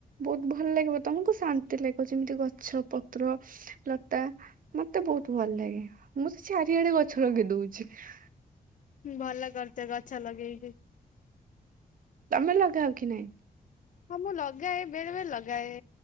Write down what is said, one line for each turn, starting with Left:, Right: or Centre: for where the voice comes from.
Right: ବହୁତ ଭଲ ଲାଗିବ ତମକୁ, ଶାନ୍ତି ଲାଗିବ, ଯେମିତି ଗଛ ପତ୍ର ଲତା ମତେ ବହୁତ ଭଲ ଲାଗେ, ମୁଁ ସେ ଚାରିଆଡେ ଗଛ ଲଗେଇ ଦଉଛି ।
Left: ଭଲ କରିଛ ଗଛ ଲଗେଇକି।
Right: ତମେ ଲଗାଅ କି ନାଇଁ?
Left: ହଁ ମୁଁ ଲଗାଏ, ବେଳେ ବେଳେ ଲଗାଏ,